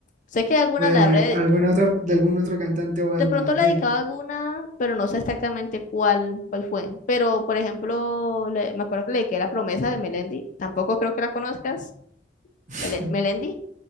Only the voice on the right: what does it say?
Eh,
¿alguna otra, de algún otro cantante o banda
has
dedicado?
<laughs>